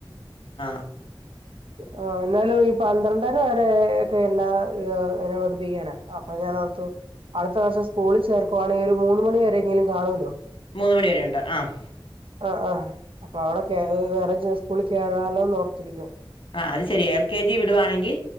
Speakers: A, on the left; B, on the right.
A: ആഹ്
B: ആ എന്നാലും ഈ പന്ത്രണ്ടര വരെ ഒക്കെ എന്നാ എങ്ങനെ പഠിപ്പിക്കാനാ അപൊ ഞാനോർ തൊ അടുത്ത വർഷം സ്കൂളിൽ ചേർക്കുവാണെങ്കിൽ ഒരു മൂന്ന് മണി വരെങ്കിലും കാണോല്ലോ
A: മൂന്ന് മണി വരെെയണ്ട് ആഹ്
B: ആഹ് അപ്പൊ അവിടെ വേറെ സ്കൂളിൽ കേറല്ലോന്ന് ഓർത്തി പിന്നെ
A: ആഹ് അത് ശരിയ എൽ കെ ജി വിടവായാണെങ്കിൽ